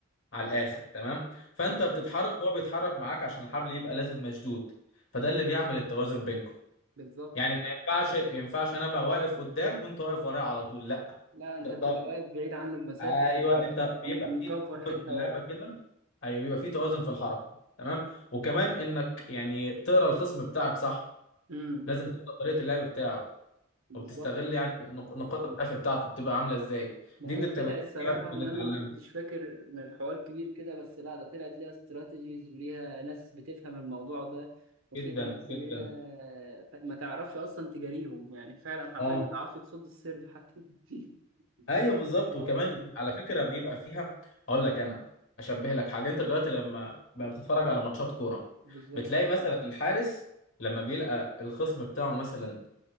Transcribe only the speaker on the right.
ايوه
بالظبط
لا انت
بتبقى
واقف بعيد عنه بمسافه
شويه
عشان تبقى
مكفر
حته
ورا
امم
بالظبط
ما
هي
طلع الصراحة
إن أنا ما كنتش فاكر إن الحوار كبير كده بس لا ده طلعت ليها استراتيجيز وليها ناس بتفهم الموضوع ده وفيها
ناس
اللي هي ما تعرفش أصلا تجاريهم يعني فعلا حرفيا
ما تعرفش تصد السيرف حتى <laughs>
اه
بالظبط